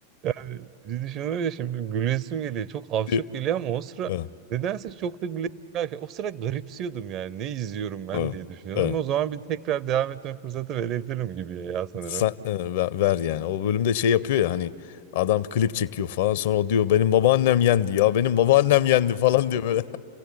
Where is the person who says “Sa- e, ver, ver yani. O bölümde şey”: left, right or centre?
Left